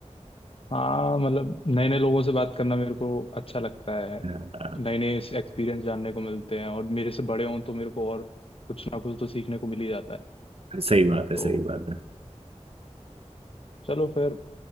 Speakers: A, on the left; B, on the right.
A: हाँ मतलब नए नए लोगों से बात करना मेरे को अच्छा लगता है
B: हाँ,
A: नए नए एक्सपीरियंस जानने को मिलते हैं और मेरे से बड़े हों तो मेरे को और कुछ ना कुछ तो सीखने को मिल ही जाता है
B: सही बात है
A: तो
B: सही बात है
A: चलो फिर